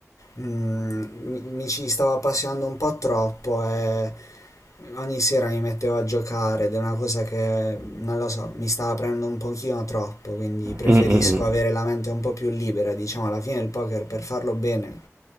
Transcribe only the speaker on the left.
mm, mi, mi ci stavo appassionando un po' troppo e ogni sera mi mettevo a giocare ed è una cosa che, non lo so, mi stava prendendo un pochino troppo, quindi preferisco
avere la mente un po' più libera, diciamo, alla fine il poker per farlo bene